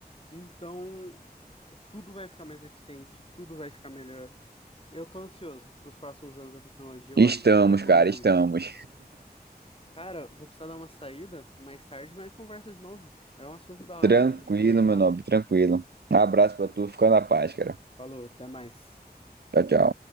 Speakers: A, on the left; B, on the right.
A: Então, tudo vai ficar mais eficiente, tudo vai ficar melhor. Eu tô ansioso para os próximos anos da tecnologia. Eu
B: Estamos,
A: acho que a gente vai evoluir
B: cara,
A: muito,
B: estamos.
A: Cara, vou precisar dar uma saída. Mais tarde nós conversa de novo. É um assunto da hora
B: Tranquilo,
A: da gente conversar.
B: meu nobre, tranquilo. Um abraço pra tu, fica na paz, cara.
A: Falou, até mais.
B: Tchau, tchau.